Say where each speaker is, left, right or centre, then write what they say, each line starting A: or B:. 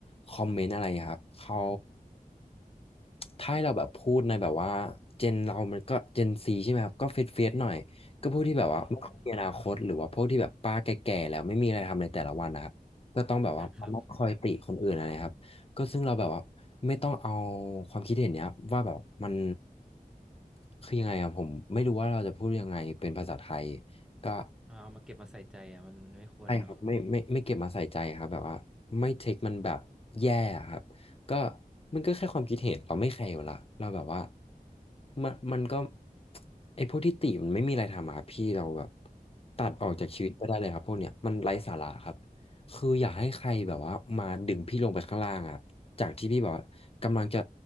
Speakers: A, on the left; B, in the centre.
A: คอมเมนต์อะไรครับเขาถ้าให้เราแบบพูดในแบบว่าเจนเรามันก็เจนซีใช่ไหมครับก็เฟดเฟดหน่อยก็พวกที่แบบว่าไม่ค่อยมีอนาคตหรือว่าพวกที่แบบป้าแก่ๆแล้วไม่มีอะไรทำในแต่ละวันนะครับก็ต้องแบบว่า
B: อืม ครับ
A: <laughs> มาคอยติคนอื่นอะไรครับ ก็ซึ่งเราแบบว่าไม่ต้องเอาความคิดเห็นเนี้ยว่าแบบมันคือยังไงอะผมไม่รู้ว่าเราจะพูดยังไงเป็นภาษาไทยก็
B: เอาเอามาเก็บมาใส่ใจอ่ะมันมันไม่ควรเนาะ
A: ใช่ครับไม่ไม่ไม่เก็บมาใส่ใจครับแบบว่าไม่เทคมันแบบแย่อะครับก็มันก็แค่ความคิดเห็นเราไม่แคร์อยู่ละเราแบบว่ามันมันก็ไอ้พวกที่ติมันไม่มีอะไรทำอะครับพี่เราแบบตัดออกจากชีวิตไปได้เลยครับพวกเนี้ยมันไร้สาระครับคืออยากให้ใครแบบว่ามาดึงพี่ลงไปข้างล่างอะจากที่พี่แบบว่ากำลังจะ